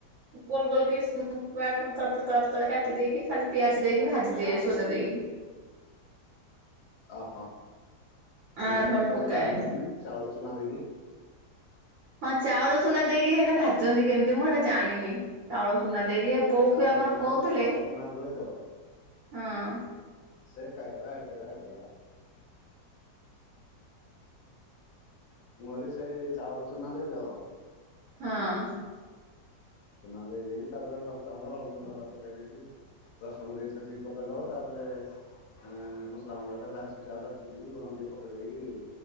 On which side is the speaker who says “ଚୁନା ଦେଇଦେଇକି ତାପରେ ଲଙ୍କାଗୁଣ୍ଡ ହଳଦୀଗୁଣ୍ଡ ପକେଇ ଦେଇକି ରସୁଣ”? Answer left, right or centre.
Left